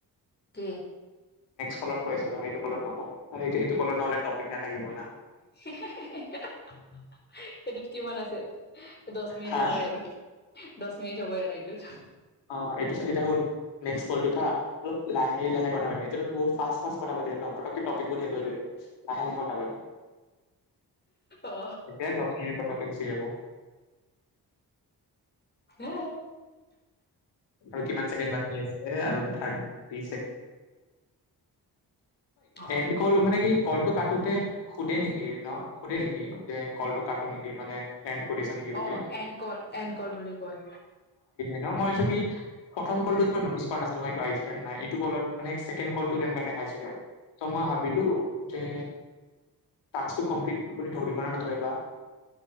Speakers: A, on the left; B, on the left.
A: কি?
B: ক কৈ আছো ন সটো ক নক সেইটো ক নহলে টপিক নাথাকিব না
A: <inaudible> সেইটোত কিমান আছে দহ মিনিটৰ
B: হা
A: পৰা আৰু? দশমিন হ ই আৰু এইটোত
B: অ' এইটো এ হুন নেক্ কলা অলপ লাহে লাহে কথা পাতিটো লাহে লাহে কটাবাতি
A: অ
B: এতিয়া দহ মিনিট পটকে গুচি যাব উ
A: হ
B: আৰু কিমানে বাকী আছে আৰু থাৰ্টি
A: অ
B: এড কল মানে কি কল কাটোতে সোধে নেকি ন সোধে নেকি যে কলটো কাটো নেকি মানে এণ্ড কৰি আছা নেকি বুলি
A: অ এনকল এনকল বুলি কয়
B: এ মই ভাবিছো কি প্ৰথম কলটোত মই নটিছ কৰা নাছিলো তোমাৰ এইটো আহিছে নে নাই এইটো কলত মানে ছেকেণ্ডত কলত টোত এনেকে দেখাইছিলে মই ভাবিলো যে টাক্ট্ৰটো কমপিলিত বুলি ধৰিবনে নধৰে বা